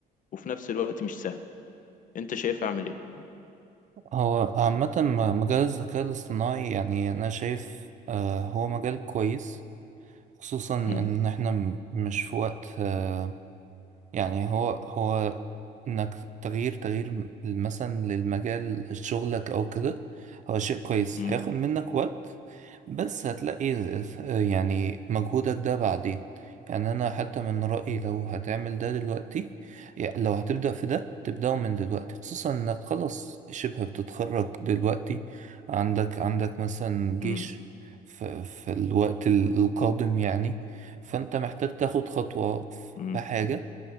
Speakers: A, on the left; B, on the right.
A: وفي نفس الوقت مش سهل انت شايف اعمل ايه
B: هو عامة م- مجال الذكاء الاصطناعي يعني أنا شايف آه، هو مجال كويس خصوصا ان
A: مم.
B: احنا م- مش في وقت آه، يعني هو هو انك تغيير تغيير م- مثلا للمجال شغلك او كده هو شيء كويس
A: مم.
B: هياخد منك وقت بس هتلاقي ف- يعني مجهودك ده بعدين يعني انا حتى من رأيي لو هتعمل ده دلوقتي يعني لو هتبدأ في ده تبدأه من دلوقتي خصوصا انك خلاص شبه بتتخرج دلوقتي عندك عندك مثلا جيش
A: مم.
B: في, في الوقت القادم يعني فانت محتاج تاخد خطوة
A: مم.
B: في حاجة